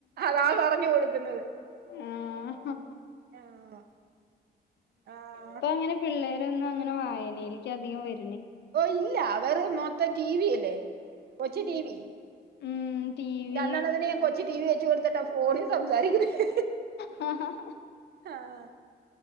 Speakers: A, on the right (about 65°); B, on the left (about 85°).
A: അതാ പറഞ്ഞ് കൊടുക്കുന്നത്.
B: ആഹ്
A: ആഹ് ആഹ്
B: ഇപ്പങ്ങനെ പിള്ളേരൊന്നും അങ്ങനെ വായനയിലേക്ക് അധികം വര
A: ഓ ഇല്ല അവര് മൊത്തം ടി വി അല്ലേ കൊച്ചു ടി വി.
B: ഉം ടി വി
A: രണ്ടെണ്ണത്തിനെ കൊച്ചു ടി വി വെച്ച് കൊടുത്തിട്ടാ ഫോണിൽ സംസാരിക്കുന്നത്.
B: ആ ആ
A: ആഹ്